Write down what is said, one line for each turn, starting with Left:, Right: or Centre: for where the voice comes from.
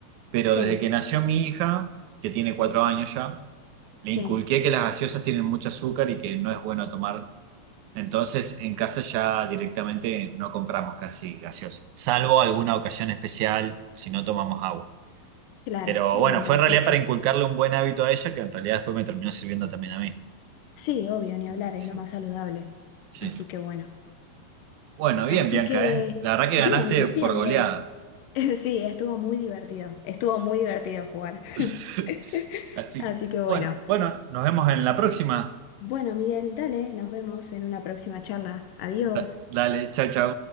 Right: pero
Left: Sí,
Right: desde que nació mi hija, que tiene cuatro años ya,
Left: sí.
Right: le inculqué que las gaseosas tienen mucho azúcar y que no es bueno tomar. Entonces, en casa ya directamente no compramos casi gaseosas, salvo alguna ocasión especial si no tomamos agua.
Left: Claro,
Right: Pero
Left: bien,
Right: bueno, fue
Left: perfecto.
Right: en realidad para inculcarle un buen hábito a ella, que en realidad después me terminó sirviendo también a mí.
Left: Sí, obvio, ni
Right: Mm,
Left: hablar,
Right: Sí,
Left: es lo más saludable.
Right: sí.
Left: Así que bueno.
Right: Bueno, bien,
Left: Así
Right: Bianca,
Left: que,
Right: ¿eh? La verdad que
Left: bien,
Right: ganaste por
Left: bien,
Right: goleada.
Left: Miguel. <laughs> Sí, estuvo muy divertido. Estuvo muy divertido jugar. <laughs>
Right: <laughs> Así
Left: Así
Right: que,
Left: que bueno.
Right: bueno, bueno, nos vemos en la próxima.
Left: Bueno, Miguel, dale, nos vemos en una próxima charla. Adiós.
Right: Da- dale, chau, chau.